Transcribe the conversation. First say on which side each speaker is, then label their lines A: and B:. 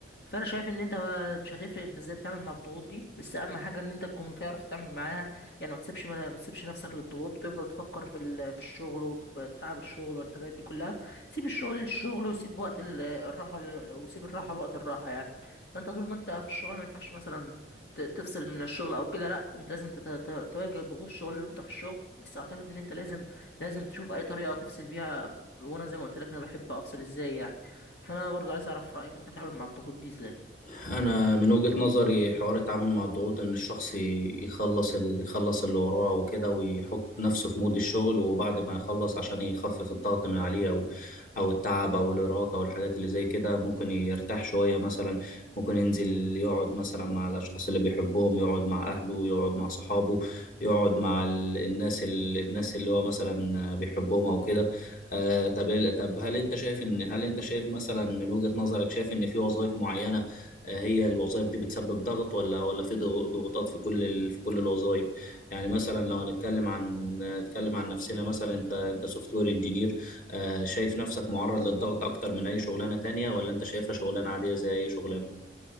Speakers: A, on the left (about 65°); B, on the left (about 45°).
A: فانا شايف ان انت بقى مش هتفرق انت ازاي بتتعامل مع الضغوط دي بس اهم حاجه ان انت تكون بتعرف تتعامل معاها يعني ما تسيبش ما ما تسيبش نفسك للضغوط وتفضل تفكر في ال- في الشغل وفي تعب الشغل والحاجات دي كلها سيب الشغل للشغل وسيب وقت ال- الراحه لل- وسيب الراحه لوقت الراحه يعني فانت طول ما انت في الشغل ما ينفعش مثلا ت- تفصل من الشغل او كده لا انت لازم تت- ت- تواجه ضغوط الشغل وانت في الشغل بس اعتقد ان انت لازم لازم تشوف اي طريقه تفصل بيها وانا زي ما قلت لك انا بحب افصل ازاي يعني فانا برضو عايز اعرف رايك انت بتتعامل مع الضغوط دي ازاي
B: انا من وجهة نظري حوار التعامل مع الضغوط ان الشخص ي- يخلص اللي يخلص اللي وراه وكده ويحط نفسه في مود الشغل وبعد ما يخلص عشان يخفف الضغط من عليه او او التعب او الارهاق او الحاجات اللي زي كده ممكن يرتاح شوية مثلا ممكن ينزل يقعد مثلا مع الاشخاص اللي بيحبهم يقعد مع اهله يقعد مع صحابه يقعد مع ال- الناس ال- الناس اللي هو مثلا بيحبهم او كده آه طب طب هل انت شايف ان هل انت شايف مثلا من وجهة نظرك شايف ان في وظائف معينة آه، هي الوظائف دي بتسبب ضغط ولا ولا في ضغ- ضغوطات في كل ال... في كل الوظائف يعني مثلا لو هنتكلم عن نتكلم عن نفسنا مثلا انت انت سوفت وير انجينير شايف نفسك معرض للضغط اكتر من اي شغلانه تانية ولا انت شايفها شغلانه عاديه زي اي شغلانه